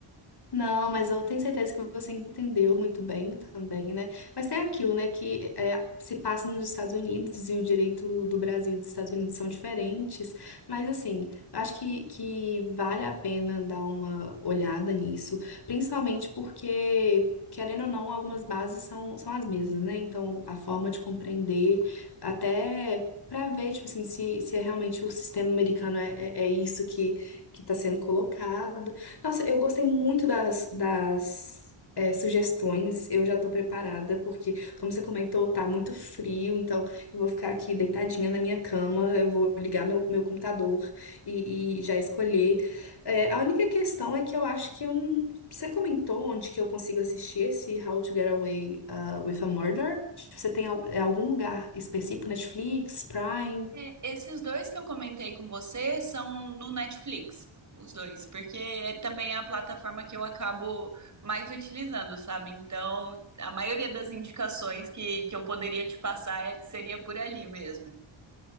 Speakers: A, on the left; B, on the right.
A: Não, mas eu tenho certeza que você entendeu muito bem também, né? Mas tem aquilo, né, que é, se passa nos Estados Unidos e o direito do Brasil e dos Estados Unidos são diferentes. Mas, assim, eu acho que, que vale a pena dar uma olhada nisso, principalmente porque. Querendo ou não, algumas bases são, são as mesmas, né? Então, a forma de compreender, até para ver, tipo assim, se, se é realmente o sistema americano é, é, é isso que, que está sendo colocado nossa, eu gostei muito das, das é, sugestões. Eu já tô preparada, porque, como você comentou, tá muito frio, então eu vou ficar aqui deitadinha na minha cama, eu vou ligar meu, meu computador e, e já escolher. É, a única questão é que eu acho que eu não... Você comentou onde que eu consigo assistir esse How to Get Away uh, with a Murder? Você tem al- é algum lugar específico, Netflix, Prime?
B: É, esses dois que eu comentei com você são no Netflix, os dois, porque é também a plataforma que eu acabo mais utilizando, sabe? Então, a maioria das indicações que, que eu poderia te passar é- seria por ali mesmo.